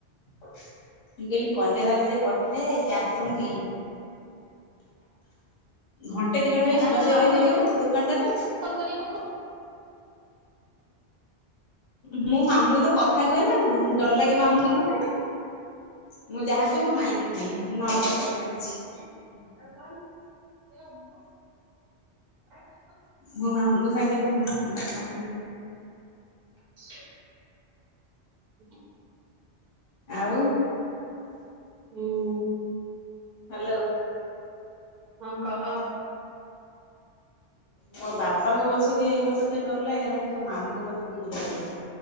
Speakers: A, on the left; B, on the right.
A: ମୁଁ କହିଲି କନ୍ୟାଦାନ ଯିଏ କରିଥାଏ ସେ ଆସନ୍ତି। ଘଣ୍ଟେ ଦିଘଣ୍ଟା ପାଇଁ
B: ଆଉ ତାହେଲେ
A: ସୁବାସ
B: ତମେ
A: ଭାଇ
B: ଆମ
A: ରହିପାରିବନି
B: କତିକି
A: ଦୋକାନଟାରେ।
B: ଫୋନ କରିକି
A: ମୁଁ ମାମୁଁକୁ ତ କ ଥା କୁହେନା, ଡର ଲାଗେ ମାମୁଁ ଙ୍କୁ ମତେ। ମୁଁ ଯାହା କୁହେ ମୋ ମାଇଁକି କୁହେ ମୁଁ ମାମୁଁ କୁ କୁହେନା କିିଛି।
B: <unintelligible>
A: ମୋ ମାମୁଁଙ୍କ ସାଙ୍ଗରେ ମୁଁ ଭାତ ଖାଉଥିଲି।
B: <unintelligible> <unintelligible>
A: ଆଉ।
B: ହୁଁ।
A: ହ୍ୟାଲୋ।
B: ହଁ କହ।
A: ମୋ ବାପାଙ୍କୁ ପଛେ କି ମତେ ଏତେ ଡର ଲାଗେ ନାହିଁ କିନ୍ତୁ ମୋ ମାମୁଁ ଙ୍କୁ ମତେ ବହୁତ ଡର ଲାଗେ।